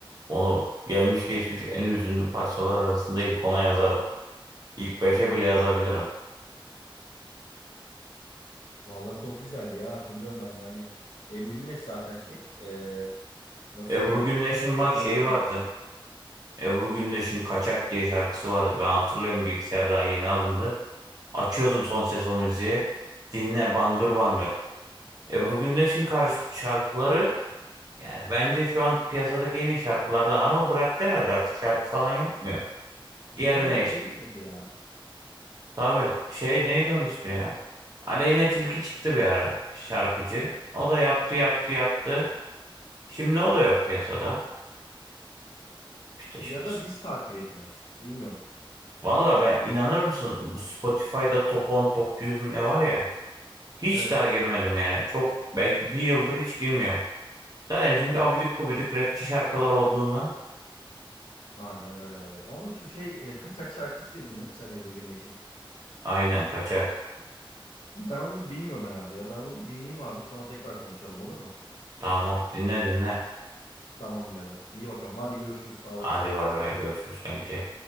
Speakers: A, on the right; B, on the left.
A: Onu gelmiş geçmiş en hüzünlü parçalar arasında ilk ona yazarım. İlk beşe bile yazabilirim.
B: Vallahi çok güzeldi ya hatırlıyorum ben de hani Ebru Güneş zaten şey e, nasıl
A: Ebru
B: diyeyim
A: Gündeş'in
B: güzel
A: bak şeyi
B: bir sanatçı.
A: vardı. Ebru Gündeş'in Kaçak diye şarkısı vardı. Ben hatırlıyorum bilgisayar daha yeni alındı. Açıyordum son ses o müziği. Dinle bangır bangır. Ebru Gündeş'in karşı şarkıları yani bence şu an piyasadaki en iyi şarkılardan ama bıraktı herhalde artık şarkı falan yapmıyor.
B: Zengin
A: Yerine işte.
B: zengin oldu ya.
A: Tabii şey neydi onun ismi ya? Aleyna Tilki çıktı bir ara şarkıcı. O da yaptı yaptı yaptı. Şimdi o da yok piyasada. İşte şimdi.
B: Ya da biz takip etmiyoruz. Bilmiyorum.
A: Valla ben inanır mısın bu Spotify'da top 10 top 100 mü ne var ya. Hiç
B: Evet.
A: daha girmedim yani. Çok belki bir yıldır hiç girmiyorum. Zaten çünkü abidik gubidik rapçi şarkılar olduğundan.
B: Aynen öyle abi. Ama şu şey e, kaçak şarkısı dedin değil mi sen Ebru Gündeş'in?
A: Aynen kaçak.
B: Ben onu bilmiyorum herhalde ya. Ben onu bir dinleyeyim abi. Sonra tekrar konuşalım olur mu?
A: Tamam dinle dinle.
B: Tamam birader. İyi bakalım. Hadi görüşürüz. Sağ olasın.
A: Hadi bay bay görüşürüz kanki.